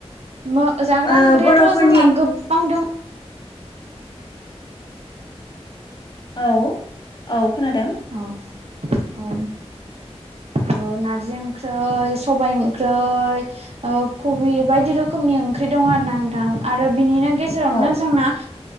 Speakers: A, on the right; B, on the left.
A: मो जाग्रा
B: ओ
A: ओंख्रियाथ'
B: बर'फोरनि
A: जोंना गोबां दङ।
B: औ औ खोनादों।
A: औ औ ओ नारजि ओंख्रै, सबाय ओं ख्रै ओ कबि बायदि रोखोमनि ओंख्रि दं आरो ना नोंथां आरो बिनिनो गेजेरावनो
B: औ
A: जोंना